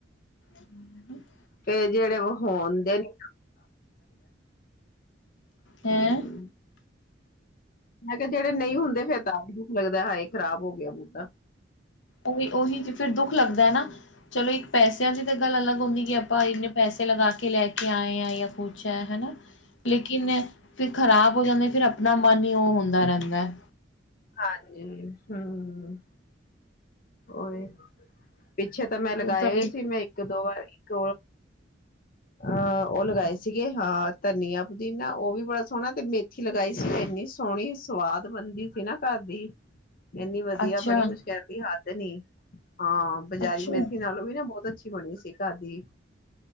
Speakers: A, on the left; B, on the left.
A: ਹ <unintelligible>
B: ਫੇਰ ਜਿਹੜੇ ਔ ਹੋਣ ਦੇ ਨੇ ਹਮ
A: ਹੈਂ?
B: ਮੈਂ ਕਿਹਾ ਜਿਹੜੇ ਨਹੀਂ ਹੁੰਦੇ, ਫਿਰ ਤਾ ਵੀ ਦੁੱਖ ਲੱਗਦਾ ਏ ਹਾਏ ਖਰਾਬ ਹੋ ਗਿਆ ਬੁਟਾ।
A: ਓਹੀ-ਓਹੀ ਫਿਰ ਦੁੱਖ ਲੱਗਦਾ ਏ ਨਾ, ਚਲੋ ਇੱਕ ਪੈਸਿਆਂ ਦੀ ਤਾਂ ਗੱਲ ਅਲੱਗ ਹੁੰਦੀ ਕਿ ਆਪਾਂ ਇਨੇ ਪੈਸ ਚਾਹੇ ਲਗਾ ਕੇ ਲੈ ਕੇ ਆਏ ਆਂ, ਯਾ ਕੁਛ ਹੈ ਹੈਨਾ, ਲੇਕਿਨ ਫਿਰ ਖਰਾਬ ਹੋ ਜਾਂਦੇ ਫਿਰ ਆਪ ਨਾ ਮਾਨੀ ਉਹ ਹੁੰਦਾ ਰਹਿੰਦਾ ਏ।
B: ਹਾਂਜੀ, ਹਮ, ਓਹੀ। ਪਿੱਛੇ ਤਾਂ ਮੈਂ ਲਗਾਏ
A: ਫਿਰ ਤੁਹਾਡੀ
B: ਹੋਏ ਸੀ, ਮੈਂ ਇੱਕ ਦੋ ਵਾਰ, ਇੱਕ ਅਹ ਉਹ ਲਗਾਏ ਸੀਗੇ, ਹਾਂ ਧਨੀਆਂ, ਪੁਦੀਨਾ। ਉਹ ਵੀ ਬੜਾ ਸੋਹਣਾ ਤੇ ਮੇਥੀ ਲਗਾਈ ਸੀ ਇੰਨੀ ਸੋਹਣੀ ਸਵਾਦ ਬੰਦੀ ਸੀ ਨਾ ਘਰ ਦੀ ਇੰਨੀ ਵਧੀਆ
A: ਅੱਛਾ।
B: ਬਣੀ ਕੁਛ ਕਹਿੰਣ ਦੀ ਹੱਧ ਨਹੀਂ, ਹਾਂ ਬਜਾਰੀ
A: ਅੱਛਾ,
B: ਮੇਥੀ ਨਾਲੋਂ ਵੀ ਨਾ ਬਹੁਤ ਅ ਅੱਛੀ ਹੋਣੀ ਸੀ ਘਰ ਦੀ।